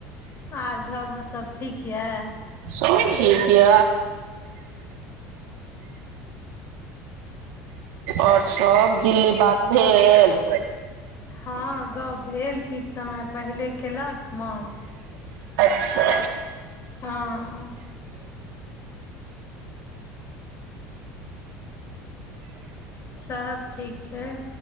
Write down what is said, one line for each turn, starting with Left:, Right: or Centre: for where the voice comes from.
Left: आर घरमे सब ठीक यए
Right: सब ठीक य ओर सभ दिल्ली बात भेल
Left: हँ गप भेल किछु समय पहिले केलक माँ
Right: अच्छा
Left: हँ सब ठीक छै